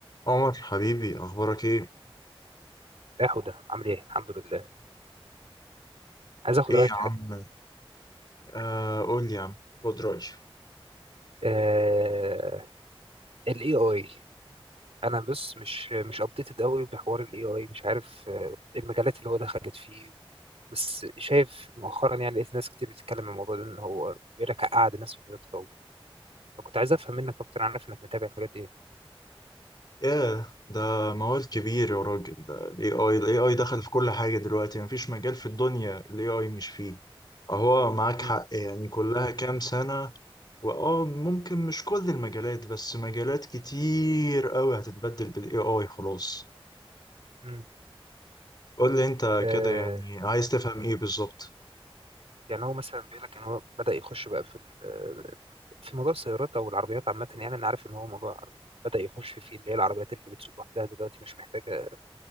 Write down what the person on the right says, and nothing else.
يا حودة عامل ايه؟ الحمد لله عايز اخد
رأيك
في حاجة
آه... ال AI انا بس مش مش ابديتد قوي بحوار ال AI مش عارف آه، المجالات اللي هو دخلت فيه بس شايف مؤخرا يعني لقيت ناس كتير بتتكلم عن الموضوع ده ان هو بيقول لك قعد الناس في بيوتها فكنت عايز افهم منك اكتر انا عارف انك متابع الحاجات دي
امم
امم
آه...
يعني هو مثلا بيقول لك ان هو بدأ يخش بقى في ال... آه، في موضوع السيارات او العربيات عامة يعني انا عارف ان هو موضوع بدأ يخش فيه اللي هي العربيات اللي بتسوق لوحدها دلوقتي مش محتاجة